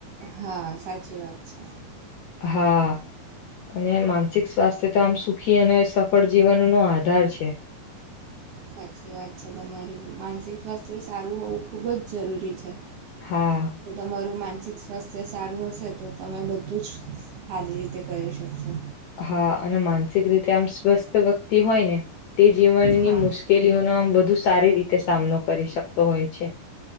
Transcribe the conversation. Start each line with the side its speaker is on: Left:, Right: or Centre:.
Right: હા, સાચી વાત છે.
Left: હા. અને માનસિક સ્વાસ્થ્ય, તો આમ સુખી અને સફળ જીવનનોો આધાર છે. <unintelligible>
Right: સાચી વાત છે, તમારી માનસિક સ્વાસ્થ્ય સારું હોવું, ખૂબજ જરૂરી છે.
Left: હા
Right: તો તમારું માનસિક સ્વાસ્થ્ય તે સારું હશે, તો તમે બધું જ સારી રીતે કરી શકશો
Left: હા, અને માનસિક રીતે આમ સ્વસ્થ વ્યક્તિ હોય, ને તે જીવનની
Right: હા
Left: મુશ્કેલીઓનો આમ વધુ સારી રીતે સામનો કરી શકતો હોય, છે.